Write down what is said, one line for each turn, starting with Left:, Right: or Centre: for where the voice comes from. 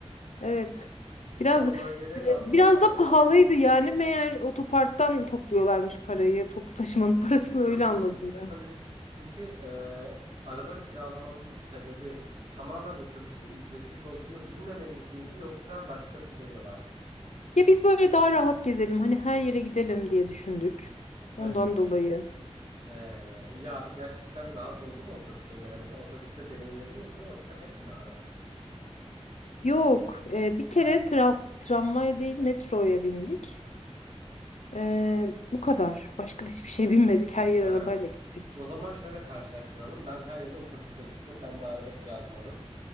Left: Evet. Biraz
Right: Ya o
Left: e,
Right: bölgelerin anla-
Left: biraz
Right: anlamı
Left: da
Right: olayı
Left: pahalıydı
Right: ne?
Left: yani. Meğer otoparktan topluyorlarmış parayı. Toplu taşımanın <laughs> parasını
Right: <laughs>
Left: öyle anladım ben.
Right: Peki e, araba kiralamanızın sebebi tamamen otobüsün ücretsiz olduğunu bilmemeniz miydi yoksa başka bir şey mi var?
Left: Ya biz böyle daha rahat gezelim. Hani her yere gidelim diye düşündük.
Right: Hı
Left: Ondan
Right: hı.
Left: dolayı.
Right: He, ya gerçekten rahat oldu mu otobüse göre? Mesela otobüste deneyimlediniz mi yoksa hep mi araba?
Left: Yok. e, bir kere tra- tramvay değil metroya bindik. Ee, bu kadar. Başka da hiçbir şey bilmedik. Her yer
Right: He.
Left: arabayla gittik.
Right: O zaman şöyle karşılaştıralım. Ben her yere otobüsle gittim. Ben de araba kiralamadım.